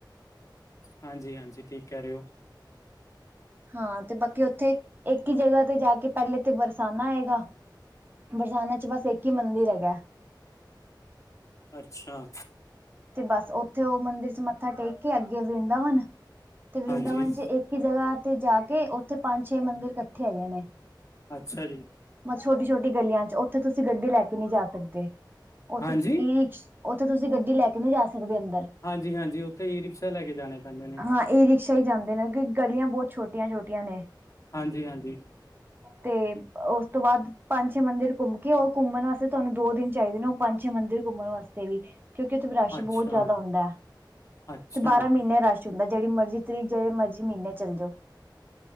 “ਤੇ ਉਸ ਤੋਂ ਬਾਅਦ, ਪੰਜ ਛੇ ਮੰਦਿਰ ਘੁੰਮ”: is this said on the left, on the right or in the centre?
Right